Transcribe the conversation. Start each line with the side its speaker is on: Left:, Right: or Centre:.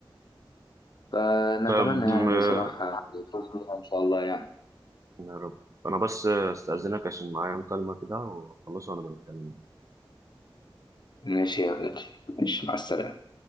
Left: فنتمنى
Right: طب
Left: يعني ان
Right: آه،
Left: صلاح يفوز بيها ان شاء الله يعني
Right: يا رب انا بس آه، استاذنك عشان معايا مكالمه كده واخلصها وانا بنتكلم
Left: ماشي يا غالي ماشي مع السلامة